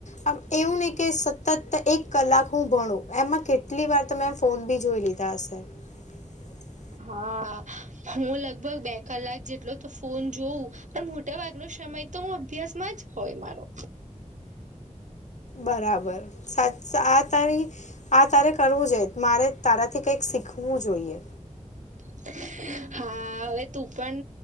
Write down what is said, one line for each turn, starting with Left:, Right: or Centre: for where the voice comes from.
Left: આમ એવું નહીં કે સતત એક કલાક હું ભણું એમાં કેટલી વાર તો મે એમ ફોન ભી જોઈ લી તા હશે <inaudible>
Right: હા હું લગભગ બે કલાક જેટલો તો ફોન જોઉં મોટા ભાગનો સમય તો હું અભ્યાસમાં જ હોય મારો.
Left: બરાબર. સાચ આ તારી આ તારે કરવું જોઈએ મારે તારાથી કંઈક શીખવું જોઈએ.
Right: <inaudible> હા હવે તું પણ